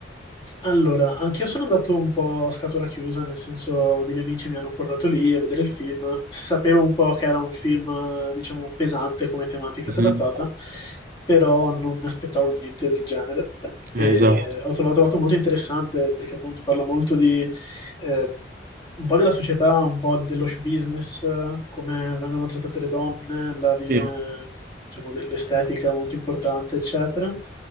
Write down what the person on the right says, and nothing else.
Mhm.
Eh, Esatto.
Sì,